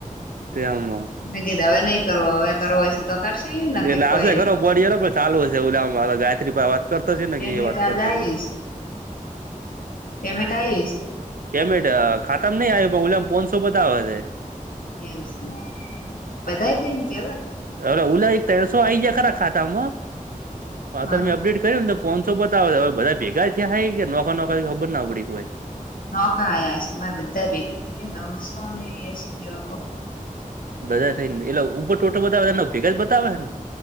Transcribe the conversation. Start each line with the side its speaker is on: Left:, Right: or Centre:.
Right: તે આમ
Left: ન ગીધા હવે નહી કરવો હવે તો છે તો કરશેને કે
Right: એટલે
Left: કોઈ
Right: આવશે
Left: નહી
Right: ખરો પડીએલો પણ ચાલુ હશેવુંલ ગાયત્રી ભાઈ વાત કરતો છે ને
Left: પેમેન્ટ
Right: કે એ વાત
Left: આજ
Right: કરતો
Left: આવ્યું
Right: છે.
Left: પેમેન્ટ આ આવી જય છે
Right: પેમેન્ટ ખાતા માં નહી આવ્યું પણ ઉલા મ પોનસો બતાવ શે
Left: એવું છે બધા થાય ને કે અલગ
Right: હવે ઉલા એક તેરસો આઈ ગયા ખરા ખાતામાં
Left: હા
Right: હત મેં અપડેટ કર્યું ને પોચસો બતાવે હ બધા ભેગા થયા થાય કે નોક નોકરી ખબર ના પડી કોઈ.
Left: નોકા આયા છે મારે બધા ભેગા થઈનેવસો ને એસી એવા કોક
Right: બધા થઈ ને એટલે ઉપર ટોટલ બતાવે ભેગા જ બતાવે ને